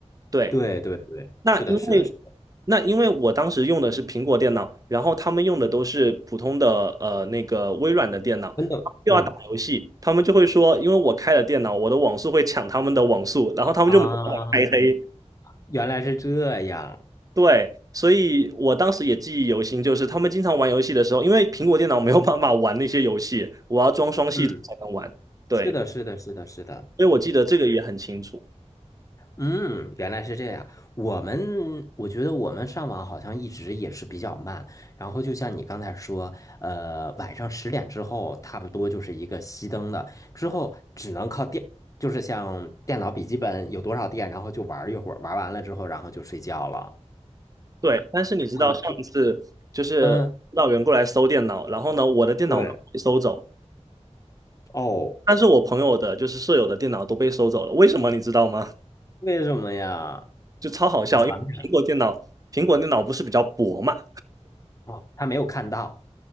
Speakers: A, on the right; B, on the left.
A: 对。
B: 对对对，
A: 那因为
B: 是的，是的，是的，
A: 那因为我当时用的是苹果电脑，然后他们用的都是普通的呃那个微软的电脑，
B: 真的，
A: 又要打游戏，
B: 嗯
A: 他们就会说，因为我开了电脑，我的网速会抢他们的网速，然后他们就把我开黑。
B: 啊，原来是这样，
A: 对，所以我当时也记忆犹新，就是他们经常玩游戏的时候，因为苹果电脑没有办法玩那些游戏，我要装双系统才能玩。
B: 嗯，
A: 对，
B: 是的，是的，是的，是的，
A: 所以我记得这个也很清楚。
B: 嗯，原来是这样。我们我觉得我们上网好像一直也是比较慢，然后就像你刚才说，呃，晚上十点之后差不多就是一个熄灯的，之后只能靠电，就是像电脑笔记本有多少电，然后就玩儿一会儿，玩完了之后然后就睡觉了。
A: 对，但是你知道上一次就是辅导员过来搜电脑，
B: 我们嗯，
A: 然后呢，我的电脑被搜走，
B: 对，哦，
A: 但是我朋友的，就是舍友的电脑都被收走了。为什么你知道吗？
B: 为什么呀？
A: 就超好笑，
B: 你藏起来
A: 因为苹果电脑，苹果电脑不是比较薄嘛，
B: 啊？他没有看到